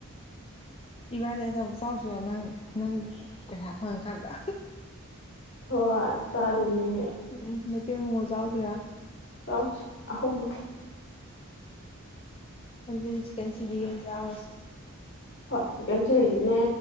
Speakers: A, on the left; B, on the left.
A: ꯏꯕꯥꯅꯤ ꯑꯆ ꯆꯥꯎꯁꯤꯔ ꯅꯪ ꯅꯪ ꯄꯩꯁꯥ ꯐꯪꯉꯀꯥꯟꯗ
B: ꯍꯣꯏ ꯆꯥ ꯑꯗꯨꯅꯤ
A: ꯎꯝ ꯃꯩꯇꯩ ꯃꯃꯣ ꯌꯥꯎꯗꯔꯥ
B: ꯆꯥꯎꯁ ꯑꯍꯣꯡꯕ
A: ꯑ ꯆꯟ ꯁꯤꯗꯤ ꯆꯥꯋꯥꯔꯁ
B: ꯍꯣꯏ ꯆꯟ ꯆꯤꯂꯤ ꯅ